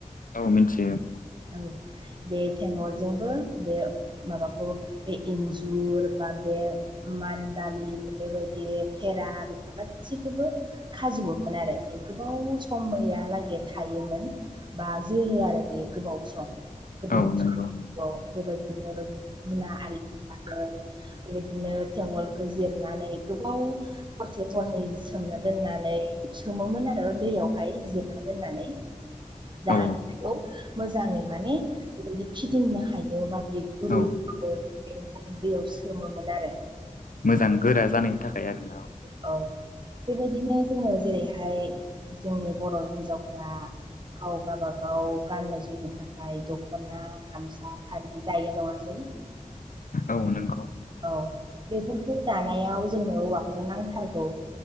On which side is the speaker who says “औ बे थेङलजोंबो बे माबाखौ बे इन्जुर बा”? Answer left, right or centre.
Right